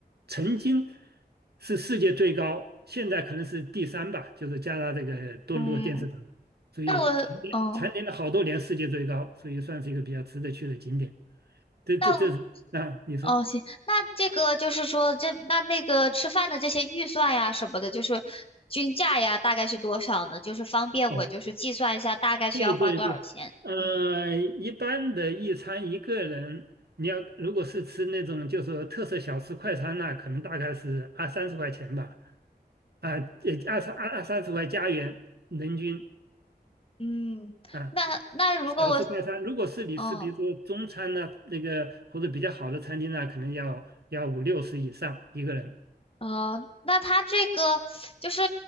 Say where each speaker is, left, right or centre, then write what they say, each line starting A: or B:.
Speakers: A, on the right; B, on the left.
A: 曾经是世界最高，现在可能是第三吧，就是加拿大这个多伦多电视塔，
B: 嗯，
A: 所以蝉联蝉联了好多年世界最高，
B: 那我嗯。
A: 所以算是一个比较值得去的景点。这这这是啊，
B: 那
A: 你说
B: 哦，行，那这个就是说，这那那个吃饭的这些预算呀什么的，就是均价呀，大概是多少呢？就是方便我就是计算一下大概需要花多少钱。
A: 哦对对对，呃，
B: 嗯，
A: 一般的一餐一个人，你要如果是吃那种就是说特色小吃快餐那、可能大概是二三十块钱吧，啊，这二三二二三十块加元人均
B: 嗯，
A: 啊。
B: 那那如果我，
A: 小吃快餐，如果是你吃比如说中餐呢、
B: 嗯
A: 那个或者比较好的餐厅呢、可能要要五六十以上一个人。
B: 呃，那他这个就是